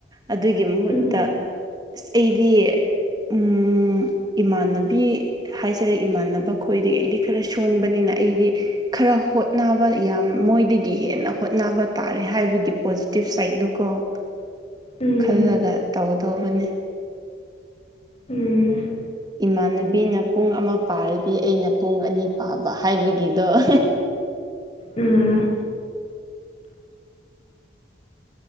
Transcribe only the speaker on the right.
ꯑꯗꯨꯒꯤ ꯃꯍꯨꯠꯇ꯫
ꯑꯁ ꯑꯩꯗꯤ ꯎꯝ꯫ ꯏꯃꯥꯟꯅꯕꯤ ꯍꯥꯏꯁꯤꯔꯥ ꯏꯃꯥꯟꯅꯕ ꯈꯣꯏꯗꯒꯤ ꯑꯩꯗꯤ ꯈꯔ ꯁꯣꯟꯕꯅꯤꯅ ꯑꯩꯗꯤ꯫ ꯈꯔ ꯍꯣꯠꯅꯕ ꯌꯥꯝ ꯃꯣꯏꯗꯒꯤ ꯍꯦꯟꯅ ꯍꯣꯠꯅꯕ ꯇꯥꯔꯦ ꯍꯥꯏꯕꯒꯤ ꯄꯣꯖꯤꯇꯤꯚ ꯁꯥꯏꯠꯇꯨ ꯀꯣ꯫ <inaudible>
ꯈꯜꯂꯒ ꯇꯧꯗꯧꯕꯅꯤ꯫
ꯏꯃꯥꯟꯅꯕꯤꯅ ꯄꯨꯡ ꯑꯃ ꯄꯥꯔꯗꯤ ꯑꯩꯅ ꯄꯨꯡ ꯑꯅꯤ ꯄꯥꯕ ꯍꯥꯏꯕꯒꯤꯗꯣ꯫ <inaudible>